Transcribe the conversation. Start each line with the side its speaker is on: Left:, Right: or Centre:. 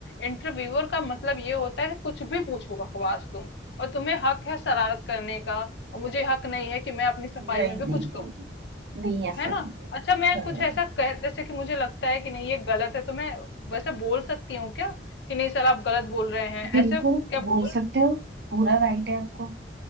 Left: इंटरव्यूअर का मतलब ये होता है कि कुछ भी पूछो बकवास तुम और तुम्हें हक है शरारत करने का और मुझे हक नहीं है कि मैं अपनी सफाई
Right: नहीं नहीं
Left: में भी
Right: नहीं
Left: कुछ कहूँ
Right: नहीं नहीं, ऐसा
Left: है ना
Right: नहीं है
Left: अच्छा मैं कुछ ऐसा
Right: हाँ
Left: कह जैसे कि मुझे लगता है कि नहीं ये गलत है तो मैं वैसे बोल सकती हूँ क्या कि नहीं सर आप गलत बोल रहे हैं
Right: बिल्कुल
Left: ऐसे क्या
Right: बोल
Left: बोल
Right: सकते हो पूरा राइट है आपको